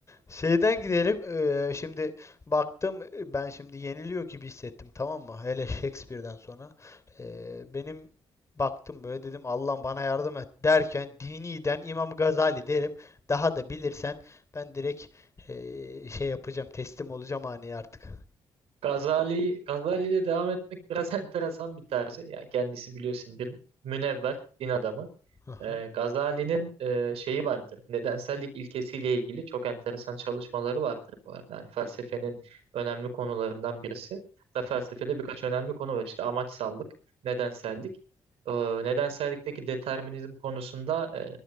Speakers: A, on the left; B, on the right.
A: Şeyden gidelim. eee, şimdi baktım e, ben şimdi yeniliyor gibi hissettim tamam mı? Hele Shakespeare'den sonra. Eee, benim baktım böyle dedim Allah'ım bana yardım et derken diniden İmam Gazali derim. Daha da bilirsen ben direkt eee, şey yapacağım teslim olacağım hani artık.
B: Gazali, Gazali ile devam etmek biraz <laughs> enteresan bir tarzı. Yani kendisi biliyorsun bir münevver din adamı.
A: Hı hı.
B: E, Gazali'nin e, şeyi vardır. Nedensellik ilkesiyle ilgili çok enteresan çalışmaları vardır bu arada. Yani felsefenin önemli konularından birisi. Da
A: Hı hı.
B: felsefede birkaç önemli konu var. İşte amaçsallık, nedensellik. E, nedensellikteki determinizm konusunda e,